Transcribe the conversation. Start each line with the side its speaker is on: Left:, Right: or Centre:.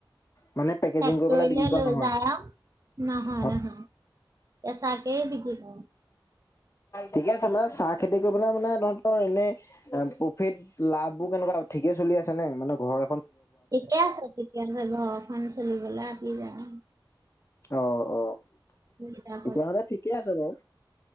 Left: মানে পেকেজিং
Right: ফেক্টৰীলে
Left: কৰি পেলাই বিক্ৰী কৰা
Right: লৈ
Left: নহয়
Right: যায় নহয়,
Left: অ,
Right: নহয়। কেঁচাকে বিক্ৰী কৰোঁ।
Left: ঠিকে আছে মানে চাহ খেতি কৰিবলে মানে তহতৰ এনেই প্ৰফিট লাভ কেনেকুৱা ঠিকে চলি আছে নে মানে ঘৰৰ।
Right: থিকে আছে তেতিয়ালে ঘৰখন চলিবলে আতি যায় অঁ
Left: অঁ অঁ
Right: বুজা
Left: তেতিয়াহ'লে ঠিকে আছে বাৰু।